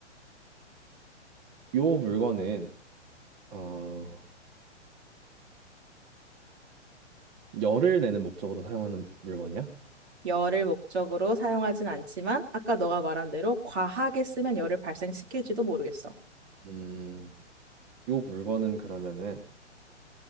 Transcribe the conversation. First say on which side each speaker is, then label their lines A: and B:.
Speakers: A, on the right; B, on the right.
A: 요 물건은, 어, 열을 내는 목적으로 사용하는 물건이야?
B: 열을 목적으로 사용하진 않지만 아까 너가 말한 대로 과하게 쓰면 열을 발생시킬지도 모르겠어.
A: 음, 요 물건은 그러면은